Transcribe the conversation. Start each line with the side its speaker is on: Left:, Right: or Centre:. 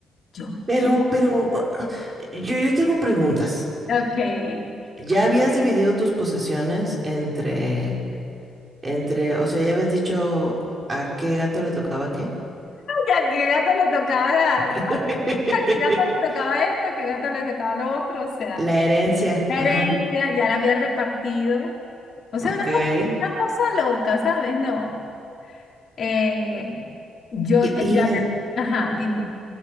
Left: Yo,
Right: Pero,
Left: ¿qué?
Right: pero, ah, yo, yo tengo preguntas.
Left: Ok. <laughs> Ay,
Right: ¿Ya habías dividido tus posesiones entre, entre, o sea, ya habías dicho a qué gato le tocaba qué?
Left: ¿A qué gato le tocaba la-
Right: <laughs>
Left: <laughs> a qué a qué gato le tocaba esto? ¿A qué gato le tocaba lo otro? O sea,
Right: La herencia,
Left: la
Right: ajá,
Left: herencia ya la había repartido. O sea,
Right: ok.
Left: una, co-
Right: Eh,
Left: una cosa loca, ¿sabes? No. Eh, yo
Right: y,
Left: ya...
Right: y en-
Left: Ajá, dime.